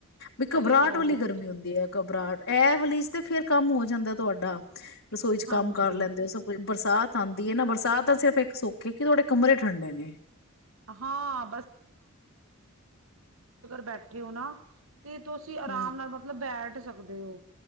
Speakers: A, on the left (about 65°); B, on the right (about 75°).
A: ਵੀ
B: ਸਹੀ
A: ਘਬਰਾਹਟ
B: ਕਹਿ
A: ਵਾਲੀ
B: ਰਹੇ ਹੋ
A: ਗਰਮੀ
B: ਤੁਸੀਂ
A: ਹੁੰਦੀ ਏ ਘਬਰਾਹਟ ਐਹ ਵਾਲੀਜ਼ ਤੇ ਫੇਰ ਕੰਮ ਹੋ ਜਾਂਦਾ ਤੁਹਾਡਾ ਰਸੋਈ ਚ
B: ਹਾਂਜੀ।
A: ਕੰਮ ਕਰ ਲੈਂਦੇ ਹੋ ਸਭ ਕੁਝ ਬਰਸਾਤ ਆਉਂਦੀ ਹੈ ਨਾ ਬਰ ਤਾਂ ਤਾਂ ਸਿਰਫ ਇੱਕ ਸੁਖੇ ਕਿ ਤੁਹਾਡੇ ਕਮਰੇ ਠੰਡੇ ਨੇ
B: ਹਾਂ ਬ ਤੇ ਤੁਸੀਂ ਆ
A: ਹਮ
B: ਉੱਠ ਸਕਦੇ ਹੋ